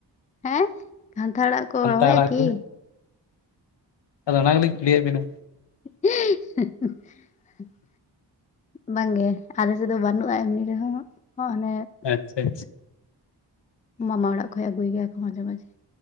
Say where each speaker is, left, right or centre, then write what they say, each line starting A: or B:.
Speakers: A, on the left; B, on the left.
A: ᱦᱮᱸ ᱠᱷᱟᱱᱛᱷᱟ ᱟᱲᱟᱜ ᱠᱚ
B: ᱠᱷᱟᱱᱛᱟ
A: ᱨᱚᱦᱚᱭᱟ
B: ᱟᱲᱟᱜ
A: ᱠᱤ?
B: ᱠᱚ ᱟᱫᱚ ᱚᱱᱟ ᱜᱮ ᱞᱤᱧ ᱯᱷᱩᱞᱤᱭᱮᱫ ᱵᱤᱱᱟ।
A: <unintelligible> ᱵᱟᱝᱜᱮ ᱟᱞᱮ ᱥᱮᱫ ᱫᱚ ᱵᱟᱹᱱᱩᱜᱼᱟ ᱮᱢᱱᱤ ᱨᱮᱦᱚᱸ ᱚᱱᱮ ᱼᱼ
B: ᱟᱪᱪᱷᱟ ᱟᱪᱪᱷᱟ।
A: ᱢᱟᱢᱟ ᱚᱲᱟᱜ ᱠᱷᱚᱡ ᱟᱹᱜᱩᱭ ᱜᱮᱭᱟᱠᱚ ᱢᱟᱡᱷᱮ ᱢᱟᱡᱷᱮ।